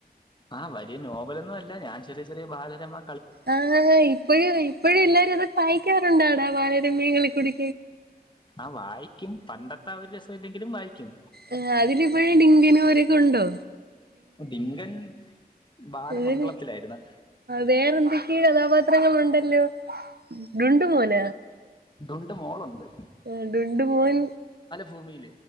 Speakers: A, on the left (about 30°); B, on the right (about 75°).
A: ആ വലിയ നോവലൊന്നും അല്ല ഞാൻ ചെറിയ ചെറിയ ബാലരമാ
B: ആ ഇപ്പഴും ഇപ്പോഴും എല്ലാരും അത വായിക്കാറുണ്ടാടാ ബാരരമ്യങ്ങളിൽ കുടി
A: ആ വായിക്കും പണ്ടത്തെ ആ ഒരു രസ ഇല്ലെങ്കിലും വായിക്കും
B: ആ അതില ഇപ്പോഴും ഡിങ്കന അവരൊക്കെ ഉണ്ടോ
A: ഡിങ്കൻ ബാലമംഗളത്തിലായിരുന്നു
B: ര് വേറെന്തൊക്കെയ കഥാപാത്രങ്ങ ഉണ്ടല്ലോ ടുണ്ടുമോന
A: ടുണ്ട് മോളുണ്ട്
B: അ ഡുണ്ട് മോൻ
A: ഭൂമിയിൽ